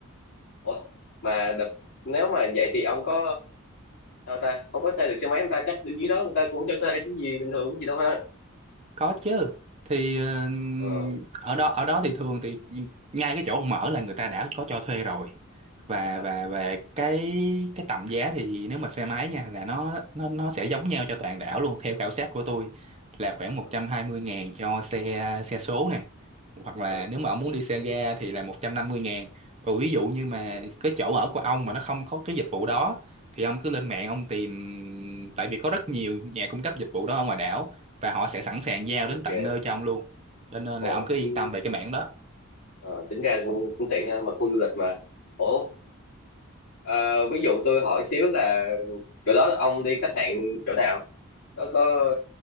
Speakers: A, on the left (about 55°); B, on the right (about 30°).
A: ủa mà đợt nếu mà vậy thì ông có đâu ta không có thuê được xe máy người ta chắc bên dưới đó người ta cũng cho thuê chứ gì bình thường gì đâu ha
B: có chứ thì ờ,
A: ờ
B: ở đó ở đó thì thường thì ngay cái chỗ ông mở là người ta đã có cho thuê rồi và
A: à,
B: và và cái cái tầm giá thì nếu mà xe máy nha là nó nó nó sẽ giống nhau cho toàn đảo luôn theo khảo sát của tôi là khoảng
A: ờ
B: 120 ngàn cho xe xe số này hoặc là
A: ờ
B: nếu mà ông muốn đi xe ga thì là 150 ngàn còn ví dụ như mà
A: ừ,
B: cái chỗ ở của ông mà nó không có cái dịch vụ đó thì ông cứ lên mạng ông tìm tại vì có rất nhiều nhà cung cấp dịch vụ đó ở ngoài đảo và họ sẽ sẵn
A: à,
B: sàng giao
A: ok
B: đến tận nơi cho ông luôn cho nên
A: ồ
B: là ông cứ yên
A: ừ,
B: tâm về cái mảng đó
A: ờ, tính ra cũng, cũng tiện ha mà khu du lịch mà ủa à, ví dụ tôi hỏi xíu là chỗ đó là ông đi khách sạn chỗ nào có có